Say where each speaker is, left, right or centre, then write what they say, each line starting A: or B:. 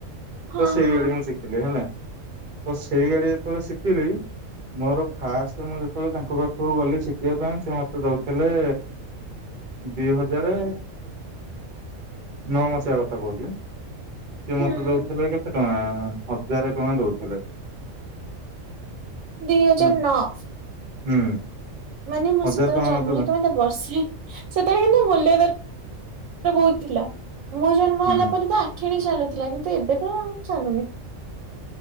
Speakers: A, on the right (about 80°); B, on the right (about 45°).
A: ହଁ
B: ସେଇଗାଡ଼ି
A: ହଁ
B: ମୁଁ ଶିଖିଲି ହେଲା। ତ ସେଇ ଗାଡ଼ି ଯେତେବେଳେ ଶିକିଲି ମୋର ଫାଷ୍ଟ ମୁଁ ଯେତେବେଳେ ତାଙ୍କ ପାଖକୁ ଗଲି ଶିକିବା ପାଇଁ ସେ ମତେ ଦୋଉଥିଲେ ଦି ହଜାରେ ନଅ ମସିହା କଥା କହୁଛି। ସେ
A: ହୁଁ।
B: ମତେ ଦୋଉଥିଲେ କେତେ ଟଙ୍କା ହଜାରେ ଟଙ୍କା ଦୋଉଥିଲେ।
A: ଦି ହଜାର
B: ହଁ
A: ନଅ।
B: ହୁଁ।
A: ମାନେ ମୁଁ
B: ହଜାର
A: ସେତେବେଳେ
B: ଟଙ୍କା
A: ଜନ୍ମ ହେଇ
B: ଦ
A: ତ ମତେ ବର୍ଷେ ସେତେବେଳେ କିନ୍ତୁ ମୂଲ୍ୟ ଦର ବୋହୁତ ଥିଲା ମୁଁ ଜନ୍ମ
B: ହୁଁ
A: ହେଲା ପରେ ତ ଆ ଠିଣି ଚାଲୁଥିଲା କିନ୍ତୁ ଏବେ ତ ଚାଲୁନି।